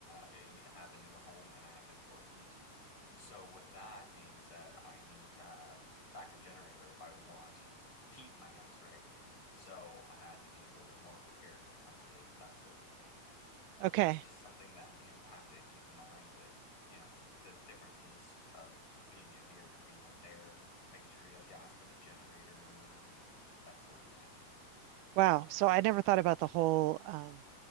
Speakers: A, on the left; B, on the right.
A: I have a newer home and I have in-floor heat, so with that being said, I need to have backup generator if I want heat in my house, right? So I had to be a little bit more prepared when it comes to that sort of thing. So
B: Okay.
A: that's just something that you have to keep in mind with, you know, the differences of being out here and being out there and making sure you have gas for the generator and that sort of thing.
B: Wow. So I never thought about the whole um,